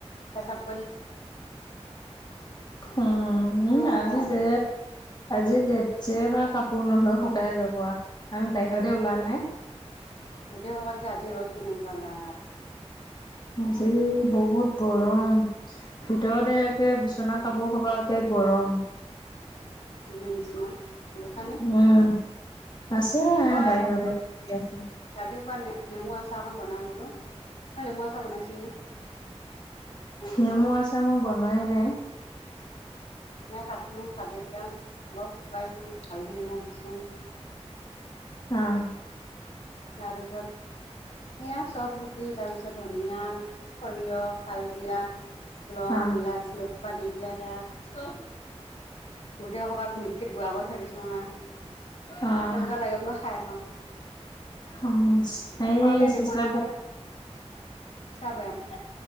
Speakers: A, on the left (about 70°); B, on the left (about 40°).
A: পেচাপ
B: উম,
A: সেনেকুৱা
B: আজি
A: সেয়াই
B: জেঠ আজি জেঠ। যেইবাৰ কাপোৰ নধোৱা, শুকাই যাব আ। আমি বাহিৰতে ওলা নাই।
A: গোটেই সোপাতকে আজি ৰ'দ কেনেকুৱা বা!
B: আজি বহুত গৰম। ভিতৰতে একে বিচনা কাপোৰ সপাকে গৰম
A: জুইৰ নিচিনা গোসানী
B: উম। আছে
A: মই <unintelligible>
B: বাহিৰতে আছে
A: নেমু আচাৰ অকণ বনাম বোলো। তই নেমু আচাৰ বনাইছিলি নে?
B: নেমু আচাৰ মই বনোৱাই নাই।
A: নাই, কাটিলো। কাটি পেলাই বৰ শুকুৱাইছোঁ, হালধি নিমখ দি ছোঁ।
B: অ'।
A: তাৰপিছত সেয়া চব দি তাৰপিছত ধুনীয়া, সৰিয়হ, কালজিৰা লং,
B: অ',
A: ইলাচি এইসোপা দি পেলাই সেয়া গোটেই সোপাক মিক্সিত গুড়া কৰি থৈ দিছোঁ আঁ। তেনেকুৱা
B: অ',
A: লাগে বোলে খাই চাওঁ।
B: হম হেৰি
A: সৰহকে নেমু
B: চিচাৰ
A: আনিছিলে
B: বটল
A: চিচা বৈয়াম